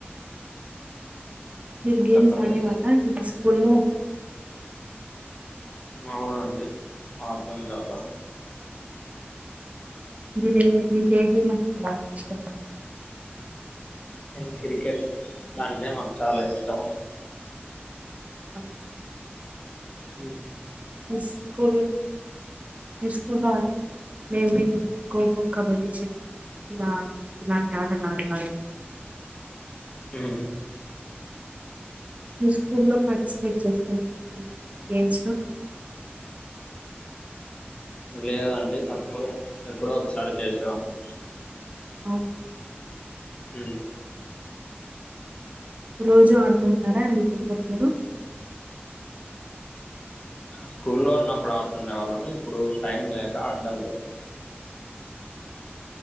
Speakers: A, on the right (about 35°); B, on the left (about 25°).
A: మీరు గేమ్స్
B: చెప్పండి
A: ఆడే వాళ్ళ అండి మీ స్కూల్లో
B: అవునండి ఆడతుండే వాళ్ళం
A: మీదే మీక్ ఏ గేమ్ అం బాగా ఇష్టమండి.
B: నేను క్రికెట్ అంటే మాకు చాలా ఇష్టం
A: ఆ
B: ఉ
A: మీ స్కుల్ మీస్కులో ఆడే మేం మేము కోకో, కబడ్డీ ఇలానే ఇలాంటి ఆటలు ఆడేవాళ్ళం
B: ఉ
A: మీ స్కూల్లో పార్టిసిపేట్ చేస్తు <unintelligible> గేమ్స్ లో
B: లేదండి తక్కువే ఎప్పుడో ఒకసారి చేసావాని
A: ఆఓ
B: ఉ
A: రోజు ఆడుతుంటారా అడి క్రికెట్ మీరు
B: <inaudible> స్కూల్లో ఉన్నప్పుడు ఆడుతుండే వాళ్ళము ఇప్పుడు టైం లేక ఆడ్డం లేదు.